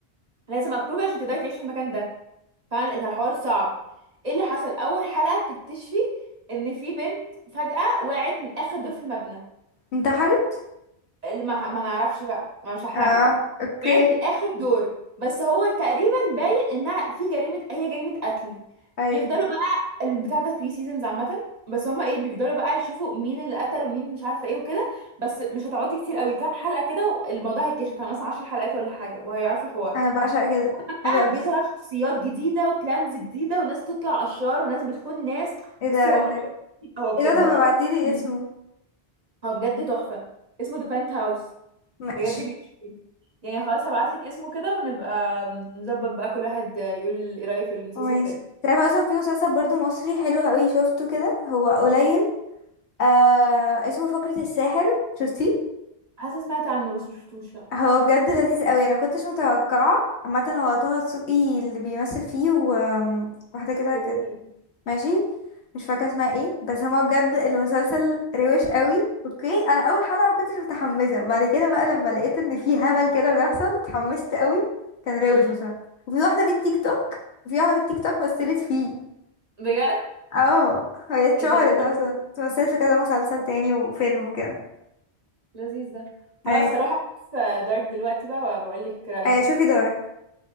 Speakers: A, on the right; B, on the left.
A: لازم ابروفل عشان تقدري تعيشي في المكان ده فعلا فالحوار صعب ايه اللي حصل اول حلقة بتكتشفي ان في بنت فجأة وقعت من اخر دور في المبنى
B: انتحرت
A: اللي ما, ما نعرفش بقى ما مش هحرقلك
B: اه اوكي
A: وقعت من اخر دور بس هو تقريبا باين انها في جريمة هي جريمة قتل
B: ايوه
A: بيفضلوا بقى البتاع ده 3 سيزونز عامة بس هما ايه بيفضلوا بقى يشوفوا مين اللي قتل ومين مش عارفة ايه وكده بس مش هتقعدي كتير قوي كام حلقة كده والموضوع هيتكشف كان اصلا 10 حلقات ولا حاجة وهيعرفوا الحوار
B: انا بعشق كده
A: بقى
B: حلو قوي
A: بيظهر شخصيات جديدة وبلانز جديدة وناس تطلع أشرار وناس بتخون ناس
B: ايه
A: بصي
B: ده
A: هو
B: قالك
A: حوار هو بجد
B: ايه ده طب
A: خطير
B: ابعتيلي اسمه
A: هو بجد تحفة اسمه ذا بنت هاوس
B: ماشي
A: بجد بيشوفي يعني خلاص هبعتلك اسمه كده ونبقى نظبط بقى كل واحد يقول ايه رأيه في المسلسل
B: ماشي
A: التاني
B: تعرف اصلا في مسلسل برضو مصري حلو قوي شفته كده هو قليل آه اسمه فقرة الساحر شفتيه
A: حاسة سمعت عنه بس مشفتوش لأ
B: هو بجد لذيذ قوي انا مكنتش متوقعة عامة هو طه دسوقي اللي بيمثل فيه وواحدة كده
A: اوكي
B: كانت ماشي مش فاكره اسمها ايه بس هما بجد المسلسل روش قوي اوكي انا اول حلقه ما كنتش متحمسه وبعد كده بقى لما لقيت ان في هبل كده بيحصل اتحمست قوي كان روش
A: م-م.
B: بصراحه وفي واحده من التيك توك في واحده من التيك توك مثلت فيه
A: بجد
B: اه هي اتشهرت
A: ايه ده لذيذ
B: اصلا مثلت في كذا مسلسل تاني وفيلم وكده
A: لذيذ ده خلاص
B: ايوه
A: هروح اشوف دارك دلوقتي بقى وبقول لك رأيي
B: ايوه
A: ايه
B: شوفي دارك